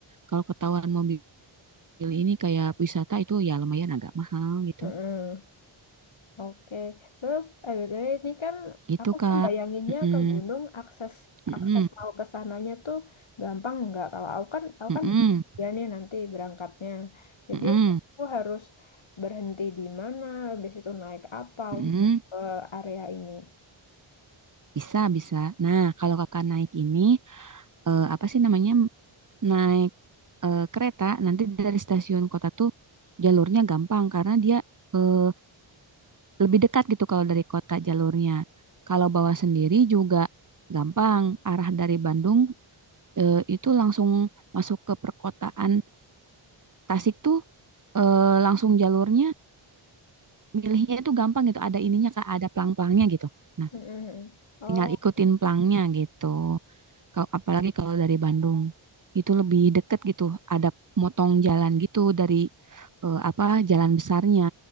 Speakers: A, on the right; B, on the left.
A: kalau ketahuan mobil ini kayak wisata itu ya lumayan agak mahal gitu
B: Mm-mm. Oke, terus eh, BTW ini kan
A: gitu
B: aku
A: Kak
B: sih bayanginnya
A: Mm-mm.
B: ke gunung akses
A: Mm-mm.
B: akses mau ke sananya tuh gampang nggak? Kalau aku kan aku
A: Mm-mm.
B: kan ya nih nanti berangkatnya, jadi
A: Mm-mm.
B: aku harus berhenti di mana, habis itu naik apa
A: Mm-mm.
B: untuk ke area ini.
A: Bisa, bisa. Nah, kalau kakak naik ini, eh, apa sih namanya, naik eh, kereta, nanti dari stasiun kota tuh jalurnya gampang, karena dia eh, lebih dekat gitu kalau dari kota jalurnya. Kalau bawa sendiri juga gampang, arah dari Bandung eh, itu langsung masuk ke perkotaan Tasik tuh eh, langsung jalurnya, milihnya itu gampang gitu, ada ininya kak, ada pelang-pelangnya gitu. Nah,
B: Mm-mm. Oh,
A: tinggal ikutin pelangnya gitu. Ka- apalagi kalau dari Bandung itu lebih deket gitu ada motong jalan gitu dari eh, apa jalan besarnya